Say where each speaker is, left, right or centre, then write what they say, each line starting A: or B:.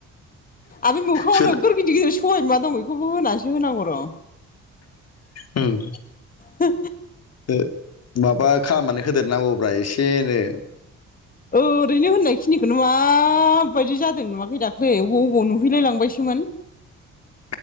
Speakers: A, on the left (about 30°); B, on the left (about 55°).
A: आरो बे मोखाङावनो
B: सोर
A: नोगोर गिदिर गिदिर सबाय बिमा दं बेखौबो होनाससो होनांगौ र'।
B: ओं
A: हो
B: ओ माबा खालामनानै होदेरनांगौब्रा एसे एनो।
A: ओरैनो होननायखिनिखौनो माबायदि जादों नुवाखै दाख्लै बबाव बबाव नुहैलायलांबायसोमोन।
B: <inaudible>